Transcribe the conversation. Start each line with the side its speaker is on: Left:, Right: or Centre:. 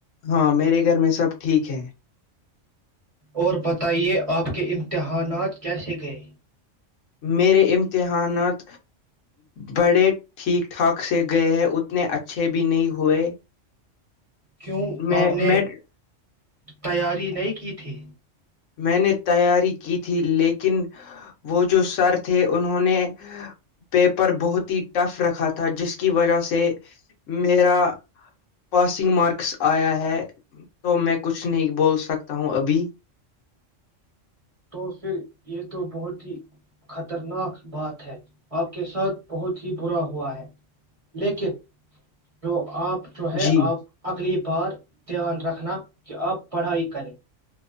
Left: ہاں میرے گھر میں سب ٹھیک ہے
Right: اور بتائیے آپ کے امتحانات کیسے گئے؟
Left: میرے امتحانات بڑے ٹھیک ٹھاک سے گئے ہے اتنے اچھے بھی نہیں ہوئے
Right: کیوں
Left: میں
Right: آپ نے
Left: میں
Right: تیاری نہیں کی تھی
Left: میں نے تیاری کی تھی لیکن وہ جو سر تھے انہوں نے پیپر بہت ہی ٹف رکھا تھا جس کی وجہ سے میرا پاسنگ مارکس آیا ہے تو میں کچھ نہیں بول سکتا ہوں ابھی
Right: تو پھر یہ تو بہت ہی خطرناک بات ہے آپ کے ساتھ بہت ہی برا ہوا ہے لیکن جو آپ جو ہے
Left: جی
Right: آپ اگلی بار دھیان رکھنا کہ آپ پڑھائی کریں